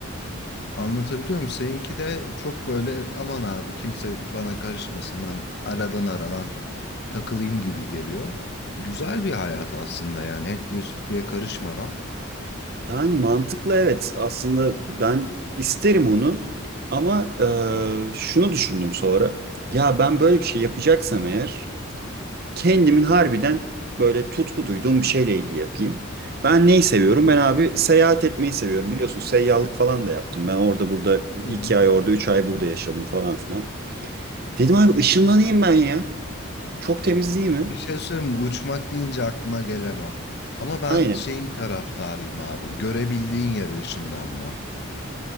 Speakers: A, on the left; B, on the right.
A: Anlatabiliyor muyum? Seninki de çok böyle aman abi kimse bana karışmasın ben aradan aradan takılayım gibi geliyor. Güzel bir hayat aslında yani etliye sütlüye karışmadan.
B: Yani mantıklı evet. Aslında ben isterim onu ama e, şunu düşündüm sonra. Ya ben böyle bir şey yapacaksam eğer kendimin harbiden böyle tutku duyduğum bir şeyle ilgili yapayım. Ben neyi seviyorum?
A: Hı hı.
B: Ben abi seyahat etmeyi seviyorum. Biliyorsun seyyahlık falan da yaptım. Ben orada burada
A: Hı
B: iki
A: hı.
B: ay orada üç ay burada yaşadım falan filan. Dedim abi ışınlanayım ben ya. Çok temiz değil mi?
A: Bir şey söyleyeyim mi? Uçmak deyince aklıma gelen o. Ama ben
B: Aynen.
A: şeyin taraftarıyım abi. Görebildiğin yere ışınlanma.